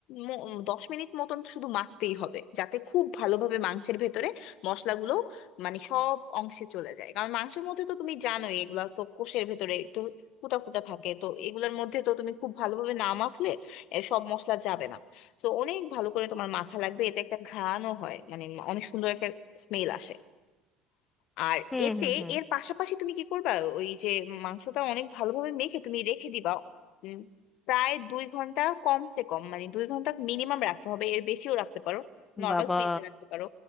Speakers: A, on the left; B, on the left.
A: ম- দশ মিনিট মতন শুধু মাখতেই হবে যাতে খুব ভালোভাবে মাংসের ভেতরে মশলাগুলো মানে সব অংশে চলে যায় কারণ মাংসের মধ্যে তো তুমি জানোই এগুলা তো কোষের ভেতরে একটু ফুটা ফুটা থাকে তো এগুলোর মধ্যে তো তুমি খুব ভালোভাবে না মাখলে এ, সব মশলা যাবে না তো অনেক ভালো করে তোমার মাখা লাগবে এতে একটা ঘ্রাণও হয় মানে অনেক সুন্দর একটা স্মেল আসে আর
B: হুম
A: এতে
B: হুম হুম
A: এর পাশাপাশি তুমি কি করবা ওই যে মাংসটা অনেক ভালোভাবে মেখে তুমি রেখে দিবা উম, প্রায় দুই ঘন্টা কমসে কম মানে দুই ঘন্টা মিনিমাম রাখতে হবে এর বেশিও রাখতে পারো নর্মাল
B: বাবা
A: ফ্রিজে রাখতে পারো